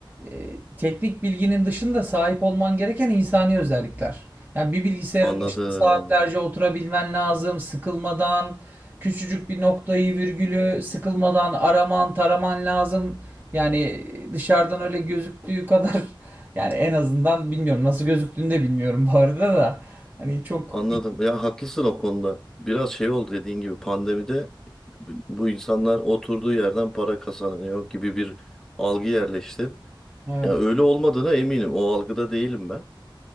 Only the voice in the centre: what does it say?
anladım.
Anladım. Ya haklısın o konuda. Biraz şey oldu dediğin gibi pandemide bu bu insanlar oturduğu yerden para kazanıyor gibi bir algı yerleşti.
Ya öyle olmadığına eminim. O algıda değilim ben.